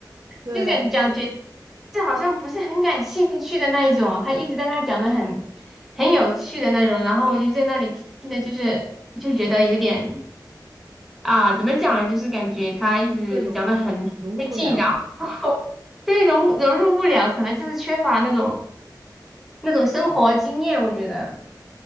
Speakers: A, on the right (about 65°); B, in the centre.
A: 对是
B: 就是感讲觉这好像不是很感兴趣的那一种，他一直在那讲的很很有趣的那种，然后我就在那里听的，就是就觉得有点啊，怎么讲呢？就是感觉他一直讲的很费劲，
A: 也融不融入不了。
B: 然后对融融入不了，可能就是缺乏那种那种生活经验，我觉得。